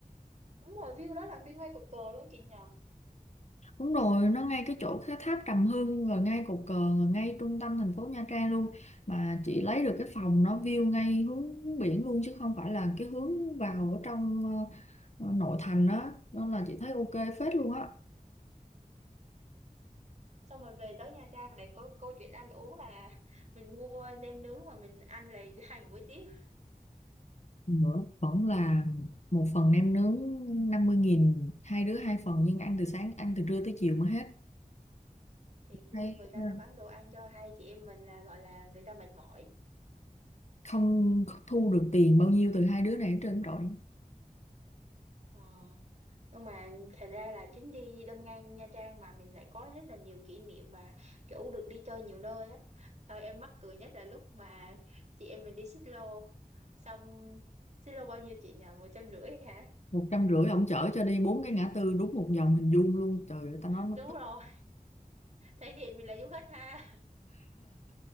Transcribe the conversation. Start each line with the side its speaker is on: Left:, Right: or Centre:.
Right: đúng rồi view đó là view ngay cột cờ luôn chị nhờ
Left: Đúng rồi, nó ngay cái chỗ cái tháp Trầm Hương rồi ngay cột cờ rồi ngay trung tâm thành phố Nha Trang luôn mà chị lấy được cái phòng nó view ngay hướng biển luôn chứ không phải là cái hướng vào ở trong ờ, ờ, nội thành á nên là chị thấy ok phết luôn á
Right: xong rồi về tới Nha Trang lại có câu chuyện ăn uống là mình mua nem nướng mà mình ăn lại <laughs> hai buổi tiếp
Left: nữa vẫn là một phần nem nướng năm mươi nghìn hai đứa hai phần nhưng ăn từ sáng ăn từ trưa tới chiều mới hết
Right: thiệt luôn
Left: thấy
Right: người ta
Left: ờ,
Right: mà bán đồ ăn cho hai chị em mình là gọi là người ta mệt mỏi
Left: không thu được tiền bao nhiêu từ hai đứa này hết trơn trọi
Right: ờ. nhưng mà thật ra là chuyến đi Đâm Ngang Nha Trang mà mình lại có rất là nhiều kỷ niệm và kiểu được đi chơi nhiều nơi á Thôi em mắc cười nhất là lúc mà chị em mình đi xích lô xong xích lô bao nhiêu chị nhờ một trăm rưỡi hả
Left: một trăm rưỡi ổng chở cho đi bốn cái ngã tư đúng một vòng hình vuông luôn trời ơi ta nói nó
Right: đúng
Left: tức
Right: rồi thể hiện mình là du khách ha